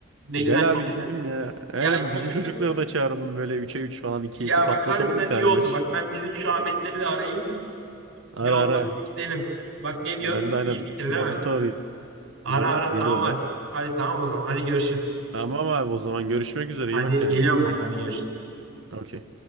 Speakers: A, on the right (about 90°); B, on the right (about 70°).
A: Ne güzel
B: Gel
A: konuştuk.
B: abi gidelim ya. Aynen
A: Gel konuştuk.
B: bizim çocukları da çağıralım böyle 3'e 3 falan 2'ye
A: Ya
B: 2 patlatalım
A: bak harbiden
B: bir tane
A: iyi oldu.
B: maç.
A: Bak ben bizim şu Ahmetleri de arayayım. Bir
B: Ara
A: olmadı
B: ara.
A: bir gidelim. Bak ne diyorsun?
B: Ben de aynen
A: İyi fikir
B: Mahmut'u
A: değil mi?
B: arayacağım.
A: Ara ara
B: Gelir
A: tamam
B: o da.
A: hadi. Hadi tamam o zaman. Hadi görüşürüz.
B: Tamam abi o zaman görüşmek üzere.
A: Hadi
B: iyi bak kendine.
A: geliyorum ben. Hadi görüşürüz.
B: Okey.